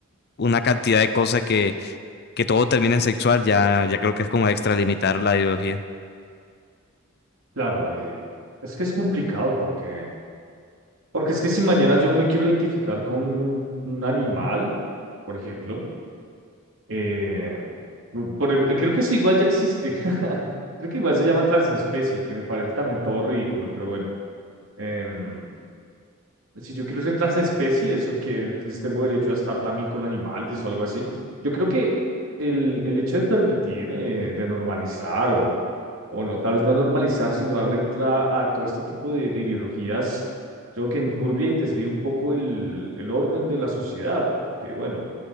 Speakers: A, on the left (about 50°); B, on the right (about 70°).
A: una cantidad de cosas que, que todo termina en sexual, ya, ya creo que es como extralimitar la ideología.
B: Claro, eh, es que es complicado porque, porque es que si mañana yo me quiero identificar con un animal, por ejemplo, eh, bu- por ej- creo que eso igual ya existe. <laughs> Creo que igual se llama transespecie, que me parece también todo ridículo, pero bueno. Em, si yo quiero ser transespecie, ¿eso que Entonces tengo derecho a estar también con animales o algo así. Yo creo que el, el hecho de permitir, eh, de normalizar o, o no, tal vez no normalizar, sino darle entrada a todo este tipo de, de ideologías, creo que enturbia y desvía un poco el, el orden de la sociedad, porque bueno,